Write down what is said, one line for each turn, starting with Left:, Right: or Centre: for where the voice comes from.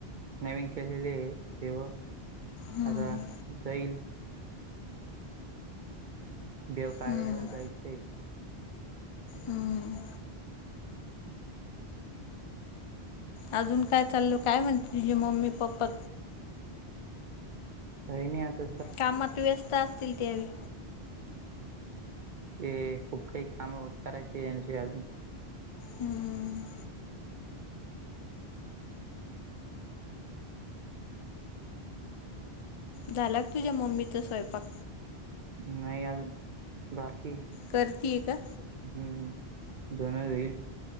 Right: नवीन केलेले आहे देव आता
Left: हम्म
Right: जाैन देव कार्याला
Left: हम्म
Right: जायचंय
Left: हम्म अजून काय चालल काय म्हण ते मम्मी पप्पा
Right: होन आ त
Left: कामात व्यस्त असतील तेवे
Right: ते खूप काही काम करायचे या अजून
Left: हम्म झाला तुझ्या मम्मीचा स्वयंपाक
Right: नाही याज बाकी
Left: करते आहे का
Right: हम्म ्वनजईल